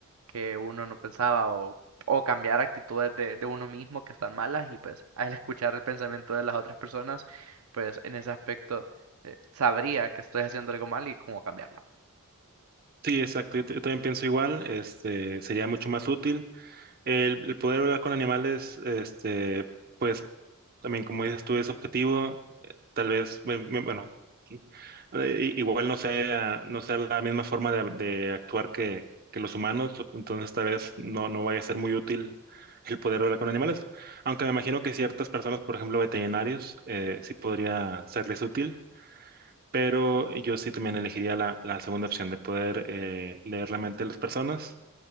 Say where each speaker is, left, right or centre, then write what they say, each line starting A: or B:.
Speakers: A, on the right; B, on the right.
A: que uno no pensaba o, o cambiar actitudes de, de uno mismo que están malas y pues al escuchar el pensamiento de las otras personas, pues en ese aspecto eh, sabría que estoy haciendo algo mal y cómo cambiarlo.
B: Sí, exacto. Yo, t- yo también pienso igual. Este sería mucho más útil. El, el poder hablar con animales, este, pues también como dices tú, es objetivo. eh, Tal vez, me- me- bueno, sí, eh, i- igual no sea, no sea la misma forma de, de actuar que, que los humanos, entonces tal vez no, no vaya a ser muy útil el poder hablar con animales. Aunque me imagino que ciertas personas, por ejemplo, veterinarios, eh, sí podría serles útil, pero yo sí también elegiría la, la segunda opción de poder eh, leer la mente de las personas